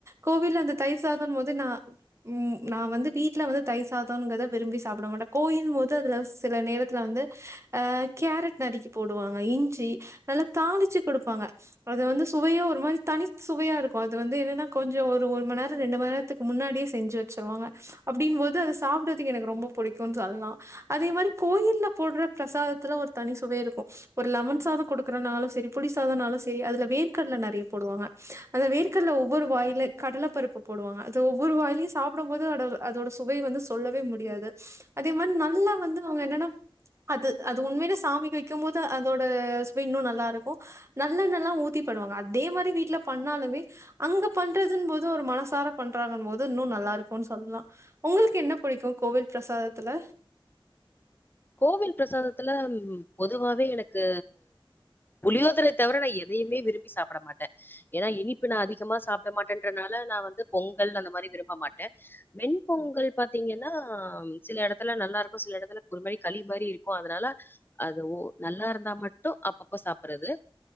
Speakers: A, on the right; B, on the left.
A: கோவில்ல அந்த தயிர் சாதன்மோது நா ம் நா வந்து வீட்ல வந்து தயிர் சாதங்கத விரும்பி சாப்ட மாட்ட கோயின் மோது அதுல சில நேரத்லுல வந்து அ கேரட் நறுக்கி போடுவாங்க இஞ்சி நல்ல தாளிச்சி குடுப்பாங்க அது வந்து சுவையே ஒரு மாரி தனி சுவையா இருக் போது வந்து என்னனா கொஞ்சோ ஒரு ஒர் மண்நேரம் இரண்டு மண் நேரத்துக்கு முன்னாடியே செஞ்சி வச்சிருக்கங்க அப்டிங்ம்மோது சாப்புடதுக்கு எனக்கு ரொம்ப புடிக்கு சொல்லலா அதே மாரி கோயில்ல போட்ற பிரசாதத்துல ஒரு தனி சுவை இருக்கு ஒரு லெமன் சாதம் குடுக்குறனலு செரி புளி சாதம்னாலு செரி அதல வேர்கடல நறைய போடுவாங்க அந்த வேர்கட்ல ஒவ்வொரு வாயில கடல பருப்பு போடுவாங்க அது ஒவ்வெரு வாயிலயு சாப்டம்மோது அட அதேட சுவை வந்து சொல்லவே முடியது அதே மாரி நல்ல வந்து அவுங்க என்னன்னா அது அது உண்மலே சாமிக்கு வக்கம்மோது அதோட சுவை இன்னு நல்லாருக்கு நல்லெண்ணலா ஊத்தி பண்ணுவாங்க அதே மாறி வீட்ல பண்ணலுமே அங்க பண்றன் மோது ஒரு மனசார பண்றாங்கன் மோது இன்னு நல்லாருக்குன் சொல்லா உங்களுக்கு என்ன புடிக்கு கோவில் பிரசாதத்துல
B: கோவில் பிரசாத்துல பொதுவாவே எனக்கு புளியேதரை தவர நா எதையுமே விரும்பி சாப்ட மாட்ட எனா இனிப்பு நா அதிகமா சாப் ட மாட்டன்றனால நா வந்து பொங்கல் அந்த மாரி விரும்பி மாட் ட வெண் பொங்கல் பாத்திங்கன்னா சில எடத்துல நல்லருக்கு சில எடத்துல ஒரு மாரி களி மாரி இருக்கு அதனால அதுவே ஒ நல்லா இருந்தா மட்டு அப்பப்ப சாப்றது